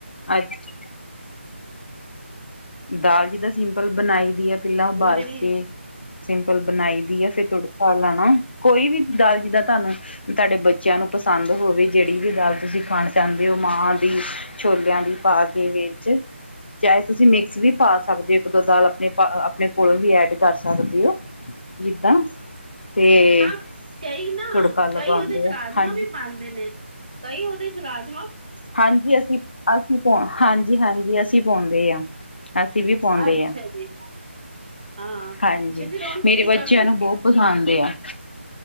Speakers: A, on the left; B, on the right.
A: ਅੱਛਾ, ਦਾਲ ਜਿੱਦਾਂ ਸਿੰਪਲ ਬਣਾਈ ਦੀ ਐ ਪਹਿਲਾਂ ਉਬਾਲ
B: ਉਹ ਜਿਹੜੀ
A: ਕੇ। ਸਿੰਪਲ ਬਣਾਈ ਦੀ ਐ ਫੇਰ ਤੜਕਾ ਲਾਣਾ ਕੋਈ ਵੀ ਦਾਲ ਜਿੱਦਾਂ ਤੁਹਾਨੂੰ। ਤੁਹਾਡੇ ਬੱਚਿਆਂ ਨੂੰ ਪਸੰਦ ਹੋਵੇ ਜਿਹੜੀ ਵੀ ਦਾਲ ਤੁਸੀਂ ਖਾਣ ਚਾਹੁੰਦੇ ਹੋ ਮਾਹ ਦੀ। ਛੋਲਿਆਂ ਦੀ ਪਾ ਕੇ ਵਿੱਚ, ਚਾਹੇ ਤੁਸੀਂ ਮਿਕ ਵੀ ਪਾ ਸਕਦੇ ਐ, ਇੱਕ ਦੋ ਦਾਲ ਆਪਣੇ ਆਪਣੇ ਕੋਲੋਂ ਵੀ ਐਡ ਕਰ ਸਕਦੇ ਔ। ਜਿੱਦਾਂ। ਤੇ
B: ਹਾਂ ਕਈ ਨਾ,
A: ਤੁੜਕਾ ਲਗਾਉਂਦੇ
B: ਕਈ ਉਹਦੇ ਚ
A: ਆ
B: ਰਾਜਮਾਂ
A: ਹਾਂਜੀ
B: ਵੀ ਬਣਦੇ ਨੇ ਕਈ ਉਹਦੇ ਚ ਰਾਜਮ
A: ਹਾਂਜੀ ਅਸੀਂ-ਅਸੀਂ ਤਾ ਹਾਂਜੀ-ਹਾਂਜੀ ਅਸੀਂ ਪਾਉਂਦੇ ਆ। ਅਸੀਂ ਵੀ ਪਾਉਂਦੇ
B: ਅੱਛਾ
A: ਆ।
B: ਜੀ ਹਾਂ
A: ਹਾਂਜੀ
B: ਤੇ ਫਿਰ ਹੁਣ
A: ਮੇਰੇ
B: ਕੀ
A: ਬੱਚਿਆਂ
B: ਕਰਦੇ ਹੋ
A: ਨੂੰ ਬਹੁਤ ਪਸੰਦ ਆ।